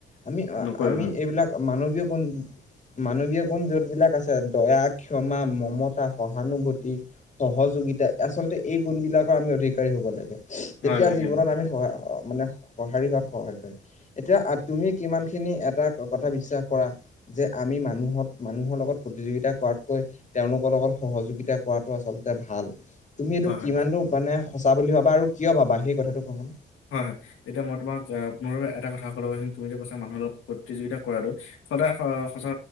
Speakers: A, on the left; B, on the left.
A: আমি
B: নকৰে
A: আমি
B: হয়
A: এইবিলাক মানৱীয় গুণ, মানৱীয় গুণ যোন বিলাক আছে দয়া, ক্ষমা, মমতা, সহানুভূতি সহযোগিতা আচলতে এই গুণ বিলাকৰ আমি অধিকাৰী হব লাগে। তেতিয়া
B: হয় লাগে
A: জীৱনত
B: লাগে
A: আমি সহায় মানে সঁহাৰি হোৱাত সহায় কৰে। এতিয়া তুমি কিমান খিনি এটা কথা বিশ্বাস কৰা? যে আমি মানুহত মানুহৰ লগত প্ৰতিযোগিতা কৰাতকৈ, তেওঁলোকৰ লগত সহযোগিতা কৰাটো আচলতে ভাল। তুমি এইটো
B: হয় হয়।
A: কিমানটো মানে সঁচা বুলি ভাবা আৰু কিয় ভাবা, সেই কথাটো কোৱা শুন?
B: হয়, হয়, এতিয়া মই তোমাক পুনৰ এটা কথা কলো হয়, তুমি যে কৈছা মানুহৰ লগত প্ৰতিযোগিতা কৰাটো। সদায় সঁচা,